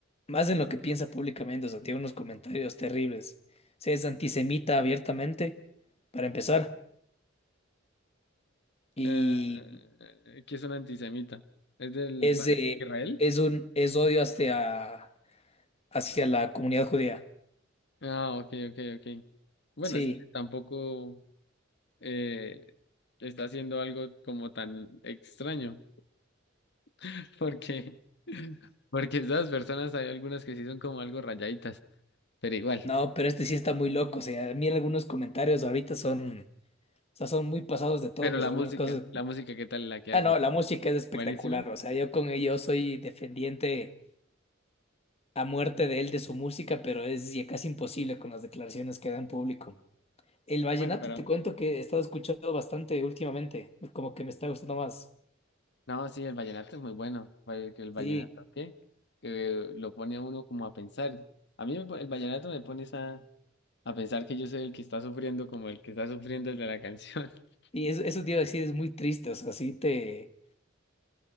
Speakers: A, on the left; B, on the left.
A: Más en lo que piensa públicamente, o sea, tiene unos comentarios terribles. Se es antisemita abiertamente, para empezar, y
B: Eh, eh, que es un antisemita? ¿Es del
A: es
B: Palestina
A: de-
B: Israel?
A: es un es odio hacia hacia la comunidad judía.
B: Ah, ok, ok, ok. Bueno,
A: Sí,
B: es que tampoco eh, está haciendo algo como tan extraño, <laughs> porque, porque esas personas hay algunas que sí son como algo rayaditas, pero igual.
A: no, pero este sí está muy loco, o sea, a mí algunos comentarios ahorita son, o sea, son muy pasados de todos,
B: Pero la
A: algunas
B: música,
A: cosas.
B: la música, ¿qué tal la que
A: Ah,
B: hace?
A: no, la música es espectacular,
B: Buenísima.
A: o sea, yo con ello soy defendiente a muerte de él de su música, pero es ya casi imposible con las declaraciones que da en público. El vallenato
B: Bueno, pero
A: te cuento que he estado escuchando bastante últimamente, como que me está gustando más.
B: no, sí, el vallenato es muy bueno. El, el vallenato,
A: Sí,
B: ¿qué? Que lo pone a uno como a pensar. A mí me po- el vallenato me pone esa- a pensar que yo soy el que está sufriendo como el que está sufriendo el de la canción. <laughs>
A: y eso, eso te iba a decir, es muy triste, o sea, sí te,